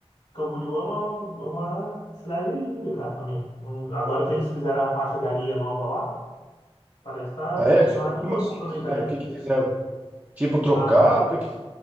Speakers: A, on the left; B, on the right.
A: Camboriú é uma, é uma cidade linda, cara, também. Então, agora que eles fizeram a faixa de areia nova lá, parece que tá
B: Ah, é? So-
A: maravilhoso
B: Como assim
A: pra aproveitar
B: que eles fizeram?
A: eles.
B: O que que
A: eles
B: fizeram? Tipo, trocaram?
A: a, fa-
B: O que que